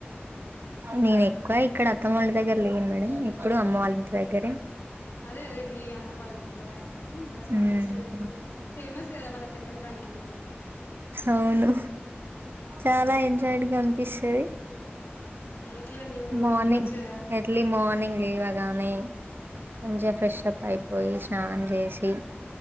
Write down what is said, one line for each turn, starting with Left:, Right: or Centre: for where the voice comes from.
Right: నేను ఎక్కువ ఇక్కడ అత్తమ్మ వాళ్ళ దగ్గర లేను మేడం ఎప్పుడు అమ్మ వాళ్ళంటి దగ్గరే
Left: అదే అదే మీ అమ్మ వాళ్ళ ఇంట్లో అయిన కాని దసరా
Right: మ్మ్.
Left: ఫెస్టివల్ ఫేమస్ కదా మన తెలంగాణలో
Right: అవును చాలా
Left: అదే
Right: ఎంజాయడ్ గా అనిపిస్తది
Left: ఆ ఎట్లా
Right: మార్నింగ్
Left: మంచిగా
Right: ఎర్లీ మార్నింగ్ లేవగానే మంచిగా ఫ్రెష అప్ అయిపోయి స్నానం చేసి